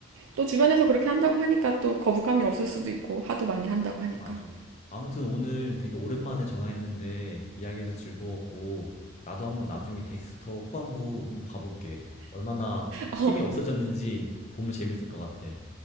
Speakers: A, on the right; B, on the left.
A: 또 주변에서 그렇게 한다고 하니까 또 거부감이 없을 수도 있고, 하도 많이 한다고 하니까.
B: 맞아. 아무튼 오늘 되게 오랜만에 전화했는데, 이야기해서 즐거웠고, 나도 한번 나중에 덱스터 후반부 한번 봐볼게. 얼마나
A: 어,
B: 힘이 없어졌는지 보면 재밌을 것 같아.